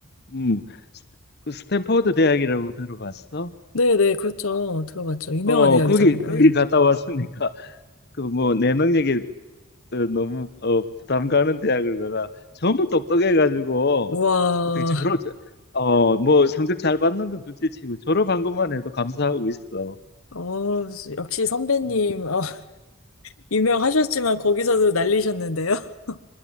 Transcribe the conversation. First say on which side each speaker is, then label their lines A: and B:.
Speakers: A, on the left; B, on the left.
A: 음, 스- 그 스탠퍼드 대학이라고 들어봤어?
B: 네네, 그렇죠. 들어봤죠. 유명한
A: 어,
B: 대학이잖아요.
A: 거기, 거기
B: 네.
A: 갔다 왔으니까, <laughs> 그 뭐, 내 능력이 어, 너무, 어, 부담 가는 대학을 가가 전부 똑똑해가지고,
B: 우와,
A: 어떻게 졸업, 어, 뭐, 성적 잘 받는 건 둘째 치고, 졸업한 것만 해도 감사하고 있어.
B: 어, 역시 선배님,
A: 음.
B: 어, <laughs> 유명하셨지만 거기서도 날리셨는데요. <laughs>